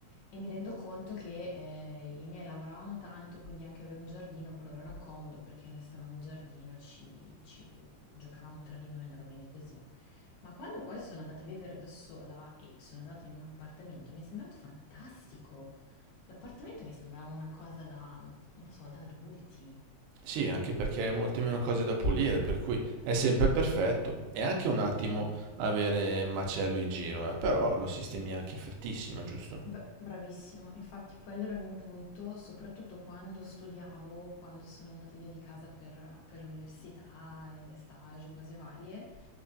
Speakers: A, on the left (about 75°); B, on the right (about 85°).
A: E mi rendo conto che eh, i miei lavoravano tanto, quindi anche avere un giardino per loro era comodo perché noi stavamo in giardino, ci, ci giocavamo tra di noi, andava bene così. Ma quando poi sono andata a vivere da sola e sono andata in un appartamento, mi è sembrato fantastico. L'appartamento mi sembrava una cosa da, non lo so, da adulti.
B: Sì, anche perché hai molte meno cose da pulire, per cui è sempre perfetto. È anche un attimo avere macello in giro, eh, però lo sistemi anche in frettissima, giusto?
A: Beh, bravissima, infatti quello era il mio punto, soprattutto quando studiavo, quando sono andata via di casa per, per l'università, e stage, cose varie,